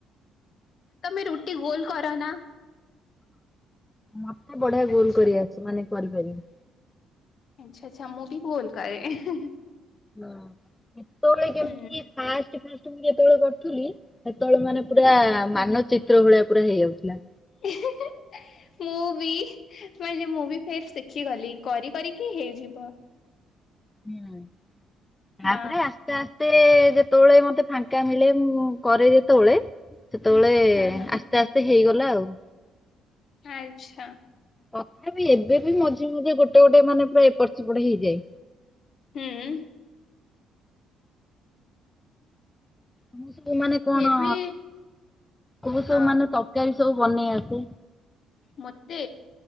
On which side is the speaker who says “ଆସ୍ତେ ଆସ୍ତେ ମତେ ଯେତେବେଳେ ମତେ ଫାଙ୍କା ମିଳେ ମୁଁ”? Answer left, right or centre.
Left